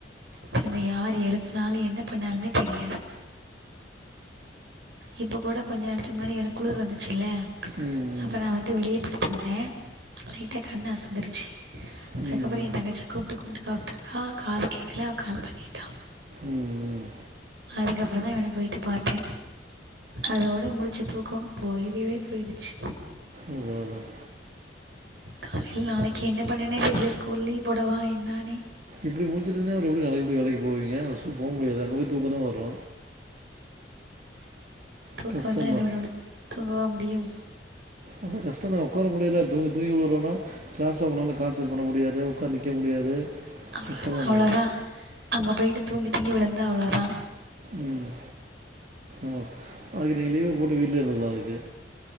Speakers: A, on the right (about 70°); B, on the right (about 45°).
A: திரும்ப யாரு எழுப் பு நாலு என்ன பண்ணாலுமே தெரியாது இப்போ கூட கொஞ்சோ நேரத்துக்கு முன்னாடி எனக் குளுர் வந்துச்சுல்ல
B: ம்,
A: அப்ப நா வந்து வெளியேப் படுத் இருந்தே லைட்டா கண்ணு அசந்துருச்சு அதுக்கப்பறோ
B: ம், ம், ம்,
A: என் தங்கச்சி கூப்ட்டு கூப்புட்டு பா துர்கா காது கேக்கல அவ கால் பண்ணிட்டா
B: ம், ம்.
A: அதுக்கப்பறோ தா இவன போயிட்டு பாத்தே அதோட முழுச் ச்சி தூக்கம் போயிரிவே போயிருச்சு
B: அதான், அதான்
A: காலைல நாளைக்கி என்ன பண்ணனே தெர்ல ஸ்கூல் லீவ் போடவா என்னான்னே
B: இப்டி முழுச்சுட்ருந்தா அப்றோ எப்டி <unintelligible> ப்புடி வேலைக்கி போவீங்க அ ஸ்கூல் போக முடியாது அங்க போய் தூக்கோ தா வரு
A: தூக்க
B: கஷ்டம்தான்
A: வந்தா என்ன பண்ண முடியு தூங்கவா மு டியும்
B: அதா கஷ்டோதா உக்கார முடியல தூங்கி தூங்கி உழுவுறோன்னா க்ளாஸ்ல உங்கனால கான்செட் பண்ண முடியாது உக்கார் நிக்க முடியாது
A: அவ்ளோதா
B: கஷ்டம் தான்
A: அவ்ளோதா அங்க போயிட்டு தூங்கி தூங்கி விழுந்தா அவ்ளோ தா
B: ம் ஓக் அதுக்கு நீங்க லீவு போட்டு வீட்லே இருந்துகுலா அதுக்கு